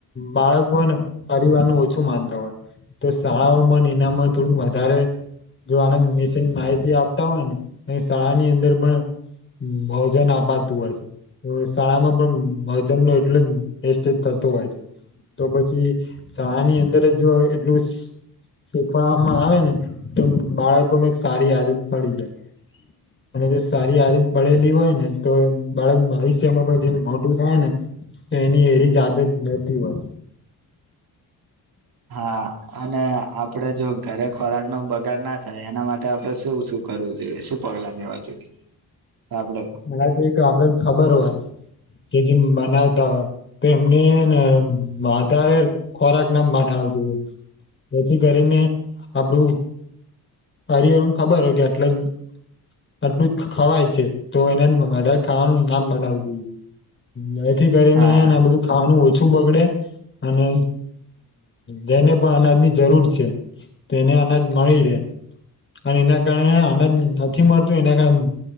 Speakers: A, on the left (about 30°); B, on the right (about 60°).
A: બાળકોને પરિવારનું ઓછું માનતા હોય તો શાળાઓમાં એનામાં થોડું વધારે જો આને મિશીન માહિતી આપતા હોય ને શાળાની અંદર પણ ભજન અપાતું હોય છે શાળામાં પણ ભજન એટલું જ વેસ્ટેજ થત હોય છે તો પછી શાળાની અંદર જો એટલું શીખવામાં આવે ને તો બાળકો માં એક સારી આદત પડી જાય અને જો સારી આદત પડેલી હોય ને તો બાળક ભવિષ્યમાં પણ જેમ મોટું થાય ને તો એની એરી જ આદત નતી હોત
B: હા અને આપડે જો ઘરે ખોરાક નો બગાડ ના થાય એના માટે આપડે શું શું કરવું જોઈએ શું પગલા લેવા જોઈએ આપડે
A: મ તોબ્ડને ખબર હોય કે જે બનાવતા હોય તો એમનેને આધારે ખોરાક નામ બનાવ જોઈએ હ જેથી કરીને આપડું પરિવાર ખબર હોય કે આટલે જ આટલું જ ખવાય છે તો એને બધા ખાવાનું નામ બનાવું જોઈએ એથી કરીને
B: હા
A: આ બધું ખાવાનું ઓછું બગડે અને જેને પણ અનાજની જરૂર છે તેને અનાજ મળી રહે અને એના કારણે અનાજ નથી મળતું એના કારણે